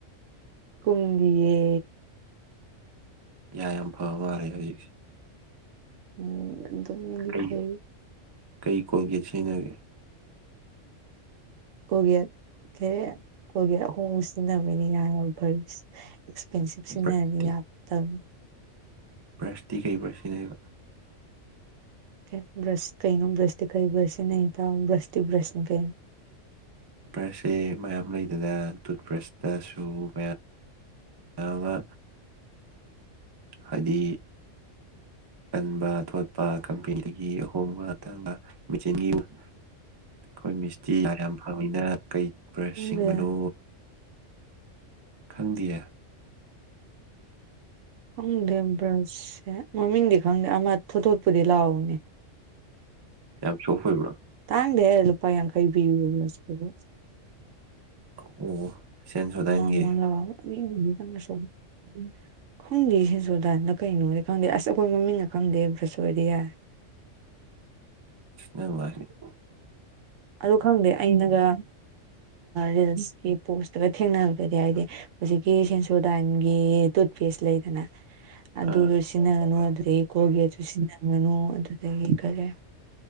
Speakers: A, on the right; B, on the right.
A: ꯀꯨꯟꯗꯤꯌꯦ
B: ꯌꯥ ꯌꯥꯝ ꯐꯕ ꯃꯥꯟꯂꯦ ꯍꯧꯖꯤꯛꯁꯦ
A: ꯎꯝ ꯑꯗꯨꯝꯗꯤ
B: ꯀꯩ
A: ꯐꯩ
B: ꯀꯩ ꯀꯣꯜꯒꯦꯠ ꯁꯤꯖꯤꯟꯅꯒꯦ
A: ꯀꯣꯜꯒꯦꯠ ꯁꯦ ꯀꯣꯜꯒꯦꯠ ꯑꯍꯣꯡꯕ ꯁꯤꯖꯤꯟꯅꯕꯩꯅꯦ ꯌꯥ ꯌꯥꯝ ꯐꯔꯤꯁꯦ ꯑꯦꯛꯁꯄꯦꯟꯁꯤꯞ ꯁꯤꯖꯤꯟꯅꯔꯗꯤ
B: ꯕ꯭ꯔꯁꯇꯤ
A: ꯌꯥꯛꯇꯕꯅꯤ
B: ꯕ꯭ꯔꯁꯇꯤ ꯀꯩ ꯕꯔ ꯁꯤꯅꯦꯩꯕ
A: ꯀ ꯭ꯔꯁ ꯀꯩ ꯅꯅꯨꯡ ꯭ꯔꯁꯗꯤ ꯀꯩ ꯕꯁ ꯅ ꯄꯥꯎ ꯭ꯔꯁꯗꯤ ꯭ꯔꯁ ꯅ ꯀꯩ
B: ꯕ꯭ꯔꯁꯦ ꯃꯌꯥꯝ ꯂꯩꯗꯅ ꯇꯨꯠꯄꯕ꯭ꯔꯁꯇꯁꯨ ꯃꯌꯥꯝ ꯑꯕ ꯍꯥꯏꯗꯤ ꯀꯟꯕ ꯊꯣꯠꯄ ꯀꯝꯄꯦꯅꯤꯒꯤ ꯑꯍꯣꯡꯕ ꯃꯇꯥꯡꯗ ꯃꯦꯆꯤꯟꯒꯤ ꯑꯩꯈꯣꯏ ꯃꯤꯁꯇꯤ ꯌꯥ ꯌꯥꯝ ꯐꯪꯅꯤꯅ ꯀꯩ ꯕ꯭ꯔꯁ
A: ꯈꯪꯗꯦ
B: ꯁꯦꯡꯕꯅꯣ ꯈꯪꯗꯤꯌꯦ
A: ꯈꯪꯗꯦ ꯕ꯭ꯔꯁꯁꯦ ꯃꯃꯤꯡꯗꯤ ꯈꯪꯗꯦ ꯑꯃ ꯊꯣꯠꯊꯣꯠꯄꯨꯗꯤ ꯂꯥꯛꯎꯅꯦ
B: ꯌꯥꯝ ꯁꯣꯐ ꯑꯣꯏꯕ꯭ꯔꯣ
A: ꯇꯥꯡꯗꯦꯍꯦꯀ ꯂꯨꯄ ꯌꯪꯈꯩ ꯄꯤꯕ ꯕ꯭ꯔꯁꯇꯨꯕꯨ
B: ꯑꯣ <inaudible> ꯁꯣꯗꯥꯏꯟꯒꯤ
A: ꯂ ꯂ ꯁ <unintelligible> <inaudible> ꯍꯨꯝꯗꯤ ꯁꯤꯁꯨꯣꯗꯥꯗ ꯀꯩꯅꯣꯗꯤ ꯈꯪꯗꯦ ꯑꯁ ꯑꯩꯈꯣꯏ ꯃꯃꯤꯡꯅ ꯈꯪꯗꯦ ꯑꯃꯨ ꯆꯠ ꯁꯣꯏꯔꯗꯤ ꯌꯥꯔꯦ
B: ꯦ <unintelligible> <inaudible>
A: ꯑꯗꯨ ꯈꯪꯗꯦ ꯑꯩꯅꯒ ꯔꯤꯜꯁꯀꯤ ꯄꯣꯁꯇꯒ ꯊꯦꯡꯅꯔꯗꯗꯤ ꯍꯥꯏꯗꯤ ꯍꯧꯖꯤꯛꯀꯤ ꯁꯦꯟꯁꯣꯗꯥꯟꯒꯤ ꯇꯨꯠꯄꯦꯁ ꯂꯩꯗꯅ ꯑꯗꯨꯗꯨ
B: ꯑꯥ
A: ꯆꯟꯅꯒꯅꯨ ꯑꯗꯨꯗꯒꯤ ꯀꯣꯒ ꯑꯗꯨ ꯆꯟꯅꯒꯅꯨ ꯑꯗꯨꯗꯒꯤ ꯈꯔꯦ